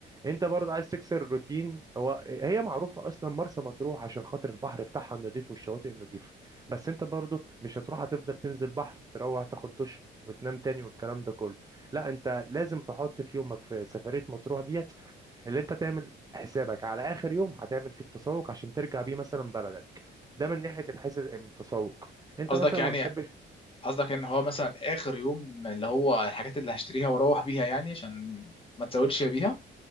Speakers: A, on the right; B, on the left.
A: انت برضه عايز تكسر الروتين هو هي معروفة اصلا مرسى مطروح عشان خاطر البحر بتاعها النضيف والشواطئ النضيفة بس انت برضه مش هتروح هتفضل تنزل بحر تروح تاخد دش وتنام تاني والكلام ده كله لا انت لازم تحط في يومك في سفرية مطروح دي اللي انت تعمل حسابك على اخر يوم هتعمل فيه التسوق عشان ترجع بيه مثلا بلدك ده من ناحيه الحساب من التسوق انت
B: قصدك
A: مثلا
B: يعني
A: ما بتحبش
B: قصدك ان هو مثلا اخر يوم اللي هو الحاجات اللي هشتريها واروح بيها يعني عشان ما تزودش بيها